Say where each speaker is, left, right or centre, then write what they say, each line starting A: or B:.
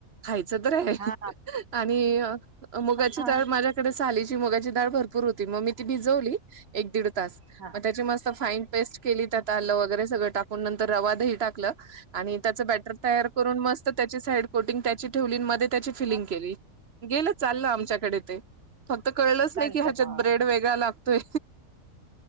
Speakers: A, on the right; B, on the right.
A: खायच तर आहे
B: हा हा
A: आणि मुगाची
B: हा
A: डाळ तर माझ्याकडे साली ची मुंगाचीडाळ भरपूर होती मग मी ती भिजवली एक दीड तास
B: हा हा
A: म त्याची मस्त फाईन पेस्ट केली त्यात आलं वगैरे सगळं टाकून नंतर रवा दही टाकलं आणि त्याचं बॅटर तयार करून मस्त त्याची साईड कोटिंग त्याची ठेवली मध्ये त्याची फिलिंग
B: हा
A: केली. गेलं चाललं आमच्याकडे ते फक्त कळलंच
B: चालतं
A: नाही की ह्याच्यात
B: मग
A: ब्रेड वेगळा लागतोय.